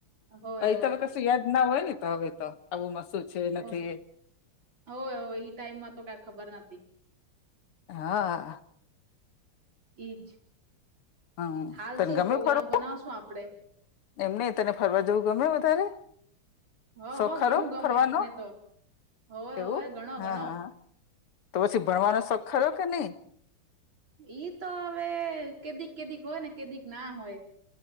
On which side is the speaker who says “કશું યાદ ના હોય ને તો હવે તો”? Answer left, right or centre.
Left